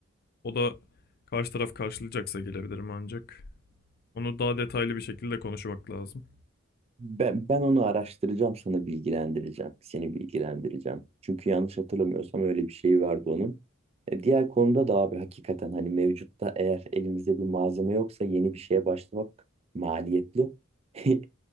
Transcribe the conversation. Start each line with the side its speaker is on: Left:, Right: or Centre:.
Left: o da karşı taraf karşılayacaksa gelebilirim ancak. Onu daha detaylı bir şekilde konuşmak lazım.
Right: Ben, ben onu araştıracağım sana bilgilendireceğim. Seni bilgilendireceğim. Çünkü yanlış hatırlamıyorsam öyle bir şey vardı onun. E, diğer konuda da abi hakikaten hani mevcutta eğer elimizde bir malzeme yoksa yeni bir şeye başlamak maliyetli. <laughs>